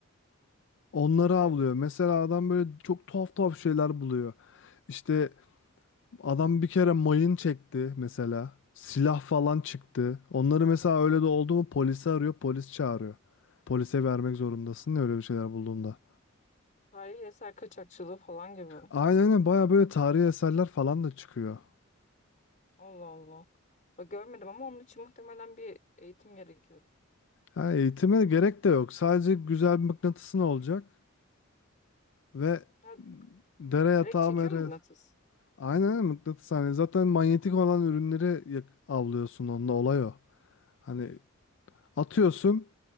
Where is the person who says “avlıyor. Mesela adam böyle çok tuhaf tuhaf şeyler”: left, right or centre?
Left